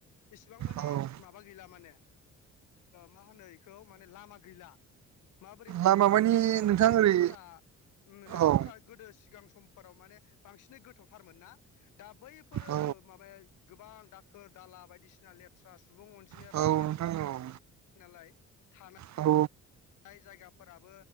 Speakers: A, on the left; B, on the right.
A: एसेबां माने
B: औ
A: माबा गैला माने मा होनो बेखौ माने लामा गैला माबोरै होनबा
B: लामा मानि
A: गोदो
B: नोंथां
A: लैथोफोरा
B: ओरै
A: लैथोफोरा
B: औ
A: गोदो सिगां समफोराव माने बांसिनै गोथावथारमोन ना दा बैफोरो
B: औ
A: माबाया गोबां सोर दाला बायदिसिना लेथ्रा सुबुं अनजिमाया
B: औ
A: बांबाय
B: नोंथां औ
A: नालाय थाना
B: औ नोंथां औ
A: जाय जायगाफोराबो